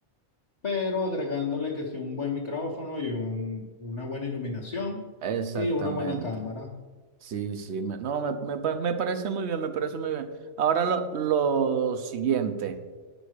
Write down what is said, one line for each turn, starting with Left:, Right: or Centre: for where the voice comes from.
Left: pero agregándole que sí un buen micrófono y un- una buena iluminación
Right: exactamente.
Left: y una buena cámara.
Right: Sí, sí, me- no, me, me pa- me parece muy bien, me parece muy bien. Ahora lo, lo siguiente,